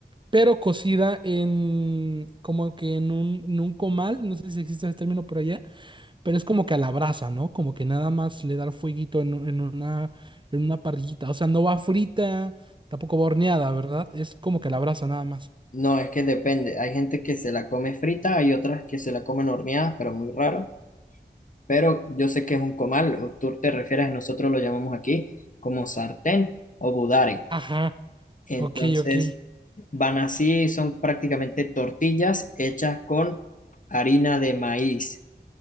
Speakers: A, on the right; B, on the left.
A: pero cocida en... como que en un, en un comal, no sé si existe ese término por allá, pero es como que a la brasa, ¿no? Como que nada más le da el fueguito en, un- en una, en una parrillita. O sea, no va frita, tampoco va horneada, ¿verdad? Es como que a la brasa nada más.
B: No, es que depende, hay gente que se la come frita, hay otras que se la comen horneada, pero muy raro, pero yo sé que es un comal, o tú te refieres, nosotros lo llamamos aquí como sartén o budare.
A: Ajá,
B: Entonces,
A: ok, ok.
B: van así, son prácticamente tortillas hechas con harina de maíz.